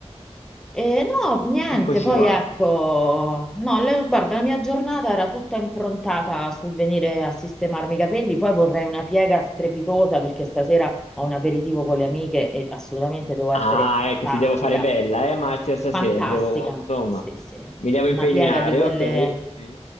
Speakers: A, in the centre; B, on the left.
A: E no, niente,
B: eccoci
A: poi
B: qua.
A: ecco, no, la- guarda, la mia giornata era tutta improntata sul venire a sistemarmi i capelli, poi vorrei una piega strepitosa perché stasera ho un aperitivo con le amiche e assolutamente devo essere
B: Ah,
A: fantastica,
B: ecco, ti devo fare bella, eh, Marzia, stasera,
A: fantastica,
B: ti devo, insomma,
A: sì, sì,
B: mi devo
A: una
B: impegnare,
A: piega di quelle
B: ok, ok.